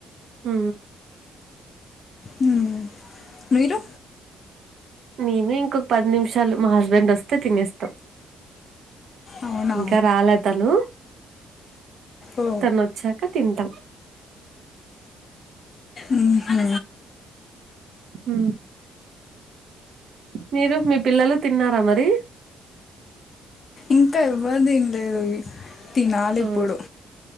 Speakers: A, on the right; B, on the left.
A: ఊ
B: ఊ మీరు
A: మేను ఇంకొక పది నిమిషాలు మా హస్బెండ్ వస్తే తినేస్తాం
B: అవునా
A: ఇంకా రాలే తను
B: ఓ
A: తను వచ్చాక క తింటం
B: ఉహు
A: ఊ మీరు మీ పిల్లలు తిన్నారా మరి
B: ఇంకా ఎవరు తినలేదు తినాలి
A: ఆ
B: ఇప్పుడు